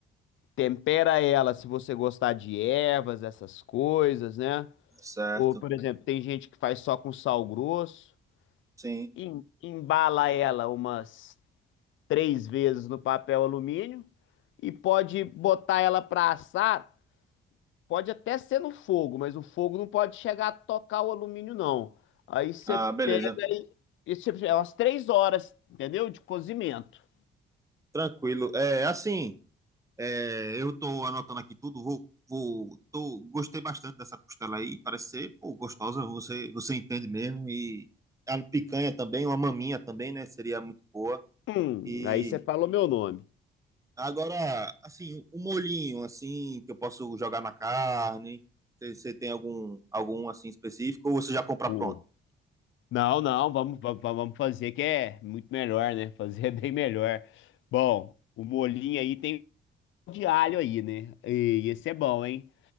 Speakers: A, on the left (about 75°); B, on the right (about 15°).
A: tempera ela se você gostar de ervas, essas coisas, né?
B: certo,
A: Ou, por exemplo, tem gente que faz só com sal grosso,
B: sim.
A: em- embala ela umas três vezes no papel alumínio e pode botar ela para assar. Pode até ser no fogo, mas o fogo não pode chegar a tocar o alumínio, não. Aí você
B: Ah,
A: pega
B: beleza,
A: e, e você, é umas três horas, entendeu? De cozimento.
B: tranquilo. É, assim, é, eu tô anotando aqui tudo, vou, vou, tô, gostei bastante dessa costela aí, parece ser, pô, gostosa, você, você entende mesmo, e a picanha também, uma maminha também, né, seria muito boa.
A: Hum,
B: E
A: aí você falou meu nome.
B: agora, assim, um molhinho, assim, que eu posso jogar na carne, você você tem algum, algum, assim, específico, ou você já compra
A: O,
B: pronto?
A: Não, não, vamos, va- va- vamos fazer que é muito melhor, né? Fazer é bem melhor. Bom, o molinho aí tem de alho aí, né? E esse é bom, hein?